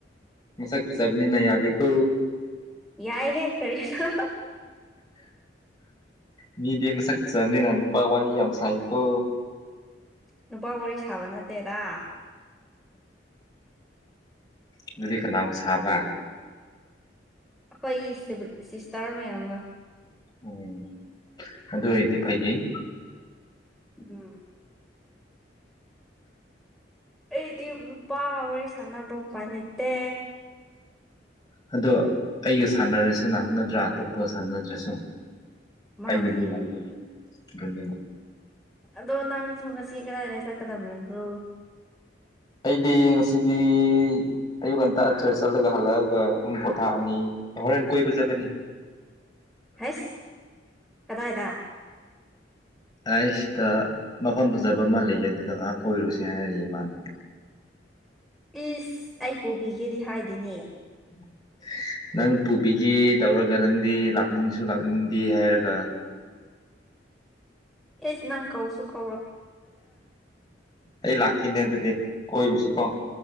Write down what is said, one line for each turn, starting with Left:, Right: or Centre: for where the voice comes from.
Left: ꯃꯁꯛ ꯐꯖꯕꯅꯤꯅ ꯌꯥꯗꯦꯀꯣ
Centre: ꯌꯥꯏ ꯍꯦ ꯀꯔꯤꯅꯣ
Left: ꯃꯤꯗꯤ ꯃꯁꯛ ꯐꯖꯕꯅꯤꯅ ꯅꯨꯄꯥ ꯋꯥꯔꯤ ꯌꯥꯝ ꯁꯥꯏꯀꯣ
Centre: ꯅꯨꯄꯥ ꯋꯥꯔꯤ ꯁꯥꯕ ꯅꯠꯇꯦꯗ
Left: ꯑꯗꯨꯗꯤ ꯀꯅꯥꯒ ꯁꯥꯕ
Centre: ꯑꯩꯈꯣꯏ ꯁꯤꯕꯤꯜ ꯁꯤꯁꯇꯥꯔ ꯃꯌꯥꯝꯒ
Left: ꯎꯝ ꯑꯗꯨ ꯑꯣꯏꯗꯤ ꯐꯩꯖꯩ
Centre: ꯎꯝ ꯑꯩꯗꯤ ꯅꯨꯄꯥ ꯋꯥꯔꯤ ꯁꯥꯟꯅꯕ ꯎꯄꯥꯏ ꯂꯩꯇꯦ
Left: ꯑꯗꯣ ꯑꯩꯒ ꯁꯥꯟꯅꯔꯁꯤꯅ ꯅꯠꯇ꯭ꯔꯥ ꯑꯇꯣꯞꯄꯒ ꯁꯥꯟꯅꯗ꯭ꯔꯁꯨ
Centre: ꯃꯥꯅꯤꯅꯦ
Left: ꯑꯩꯒꯤꯗꯤ ꯍꯥꯏ
Centre: ꯑꯗꯣ ꯅꯪꯁꯨ ꯉꯁꯤ ꯀꯗꯥꯏꯗ ꯆꯠꯀꯗꯕ ꯂꯩꯕ꯭ꯔꯣ
Left: ꯑꯩꯗꯤ ꯉꯁꯤꯗꯤ ꯑꯌꯨꯛ ꯉꯟꯇꯥ ꯆꯔꯁ ꯆꯠꯂꯒ ꯍꯜꯂꯛꯑꯒ ꯑꯗꯨꯝ ꯄꯣꯊꯥꯅꯤ ꯑꯦꯞꯍꯣꯔꯦꯟ ꯀꯣꯏꯕ ꯆꯠꯒꯅꯤ
Centre: ꯍꯩꯁ ꯀꯗꯥꯏꯗ
Left: ꯑꯩ ꯁꯤꯗ ꯃꯐꯝ ꯐꯖꯕ ꯑꯃ ꯂꯩꯌꯦ ꯑꯗꯨꯗ ꯉꯥꯏꯍꯥꯛ ꯀꯣꯏꯔꯨꯁꯦ ꯍꯥꯏꯔꯔꯤ ꯏꯃꯥꯟꯕꯤ ꯑꯟꯑꯣꯗꯤꯕꯜ
Centre: ꯏꯁ ꯑꯩ ꯄꯨꯕꯤꯒꯦꯗꯤ ꯍꯥꯏꯗꯤꯅꯦ
Left: ꯑꯟꯑꯣꯗꯤꯕꯜ ꯅꯪ ꯄꯨꯕꯤꯒꯦ ꯇꯧꯔꯒ ꯅꯪꯗꯤ ꯂꯥꯛꯅꯤꯡꯁꯨ ꯂꯥꯛꯅꯤꯡꯗꯦ ꯍꯥꯏꯔꯒ
Centre: ꯢꯁ ꯅꯪ ꯀꯧꯁꯨ ꯀꯧꯔꯛ
Left: ꯑꯩ ꯂꯥꯛꯀꯦꯅꯦ ꯑꯗꯨꯗꯦ ꯀꯣꯏꯔꯨꯁꯤ ꯀꯣ